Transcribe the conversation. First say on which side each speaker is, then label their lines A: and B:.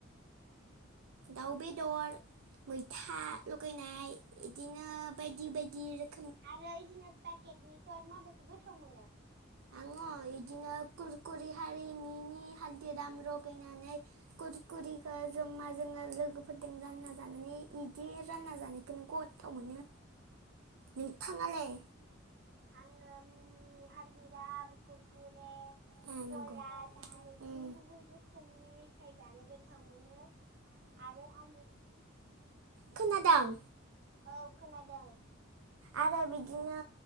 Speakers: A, on the right (about 80°); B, on the right (about 55°).
A: दाउ बेदर, मैथा लगायनाय इदिनो बायदि बायदि रो
B: आरो इदिनो पाकेटनिफोर माबेखौ गोथाव मोनो?
A: आङो इदिनो कुरकुरि हारि मि मि हालदिराम रगायनानै कुरकुरिखो ज म्मा जोंङो लोगोफोरदों रानना जानानै इदि रानना जानायखोनो गथ्थाव मोनो। नोंथाङालाय?
B: आङो मिनि हालदिराम कुरकुर रे,
A: ए नंगौ
B: पलार इदिनो गुबन
A: उम
B: गुबन रोखोम थाइ जानो गोथाव मोनो आरो आलु।
A: खोनादों?
B: औ खोनादों।
A: आरो बिदिनो